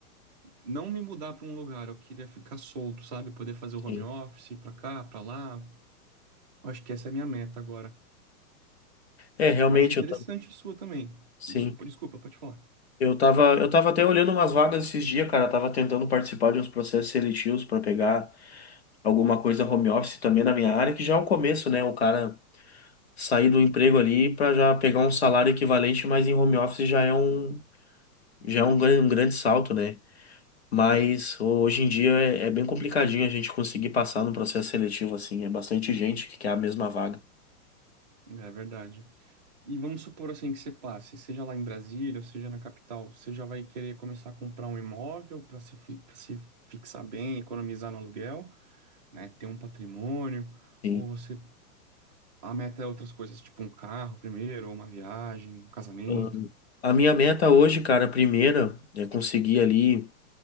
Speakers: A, on the right; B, on the left.
A: não me mudar para um lugar, eu queria ficar solto, sabe? Poder fazer o
B: Sim.
A: home office ir para cá, para lá. Eu acho que essa é a minha meta agora.
B: É, realmente,
A: Mas interessante
B: eu tam-
A: sua também.
B: sim.
A: Des- Desculpa, pode falar.
B: Eu tava, eu tava até olhando umas vagas esses dias, cara. Eu tava tentando participar de uns processos seletivos para pegar alguma coisa home office também na minha área, que já é o começo, né? O cara sair do emprego ali para já pegar um salário equivalente, mas em home office já é um, já é um gran- um grande salto, né? Mas hoje em dia é, é bem complicadinho a gente conseguir passar no processo seletivo, assim. É bastante gente que quer a mesma vaga.
A: É verdade. E vamos supor assim que você passe, seja lá em Brasília, ou seja na capital, você já vai querer começar a comprar um imóvel para se, fi- pra se fixar bem, economizar no aluguel, né? Ter um patrimônio,
B: Sim.
A: ou você a meta é outras coisas, tipo um carro primeiro, ou uma viagem, um casamento.
B: Ahn, A minha meta hoje, cara, a primeira é conseguir ali